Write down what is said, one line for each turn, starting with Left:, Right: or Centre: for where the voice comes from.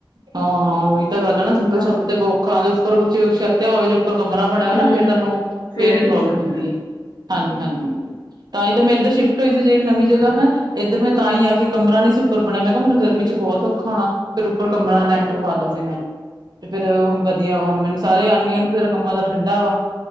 Right: ਹਾਂ, ਉਹੀ ਤਾਂ ਗੱਲ ਆ ਨਾ ਸਿੰਗਲ ਛੱਤੇ
Left: ਹੋਵੇ
Right: ਤੇ ਬਹੁਤ ਔਖਾ ਦੇ ਉੱਪਰ ਕੁਛ ਛੱਤਿਆ ਹੋਵੇ ਜਾ ਉੱਪਰ ਕਮਰਾ ਬਣਿਆ ਵਾ,
Left: ਹਮ
Right: ਨਾ ਖੇਡਣ ਨੂੰ। ਫੇਰ ਨੀ
Left: ਠੀਕ
Right: ਪ੍ਰੋਬਲਮ
Left: ਰਹਿੰਦਾ
Right: ਹੁੰਦੀ। ਹਾਂਜੀ- ਹਾਂਜੀ ਤਾਂ ਈ ਤੇ ਮੈਂ ਇੱਧਰ ਸ਼ਿਫਟ ਹੋਈ ਸੀ, ਜਿਹੜੀ ਨਵੀਂ ਜਗ੍ਹਾ ਮੈ ਇੱਧਰ ਮੈਂ ਤਾਂ
Left: ਅੱਛਾ
Right: ਈ ਆ ਗੇ ਕਮਰਾ ਨੀ ਸੀ ਉੱਪਰ ਬਣਿਆ ਮੈਂ ਕਿਹਾ ਹੁਣ ਗਰਮੀ ਚ' ਬਹੁਤ ਔਖਾ ਹੋਣਾ। ਉਪਰ ਕਮਰਾ
Left: ਹਾਂਜੀ
Right: ਲੈਂਟਰ ਪਾਤਾ ਸੀ ਮੈਂ, ਤੇ ਫਿਰ ਹੁਣ ਵਧਿਆ ਵਾ, ਹੁਣ ਮੈਨੂੰ ਸਾਰੇ ਆਣ-ਗੇ ਕਹਿੰਦੇ ਤੇਰਾ ਕਮਰਾ ਤਾ ਠੰਡਾ ਵਾ।